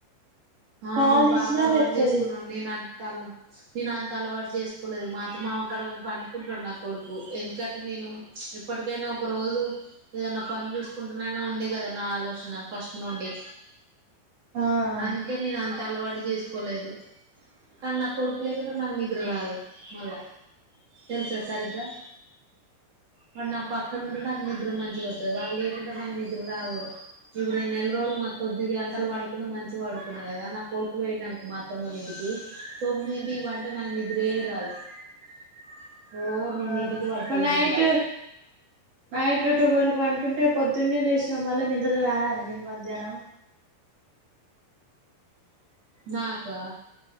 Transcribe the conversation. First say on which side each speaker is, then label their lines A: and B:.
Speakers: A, on the right (about 55°); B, on the right (about 40°).
A: ఆ
B: కాలు
A: నువ్వు
B: తీసినా
A: బాగా అలవాట్
B: లేత్తది
A: చేసుకున్నావు నేను అ అల్ నేనంత అలవాటు చేసుకోలేదు. మా అత్త మామకాడ పండుకుంటడు. నా కొడుకు ఎందుకంటే నేను ఎప్పటికైనా ఒక రోజు ఏదన్న పన్ చూసుకుంటున్నానే ఉండే కదా నా ఆలోచన ఫస్ట్ నుండి
B: ఆ అ
A: అందుకే నేను అంత అలవాటు చేసుకోలేదు కని నా కొడుకులేకుంటే నాకు నిద్ర రాదు మళ్ళ తెలుసా సరిగ్గా వాడ్ నా పక్కనుం నాకు నిద్ నిద్ర మంచిగత్తది. వాడ్ లేకుంటే నాక్ నిద్ర రాదు. ఇప్పుడు ఈ నెల్రోజులు మాక్ కొద్ది గంటలు పడుకున్నా మంచిగా పడుక్ కున్నా కదా నా కొడుకుపోయిండనుకో మా అత్తమ్మోలింటికి తొమ్మిదింటికి పంటే నాకు నిద్రే రాదు. <unintelligible> రెండింటికి
B: అవునా
A: పడుతది
B: మర్ నయిట్
A: నిద్ర
B: నైట్ టువెల్ కి పండుకుంటే పొద్దున్నే లేసినావ్. మళ్ళ నిద్ర రాదానే నీకు మధ్యాహ్నం
A: నాకా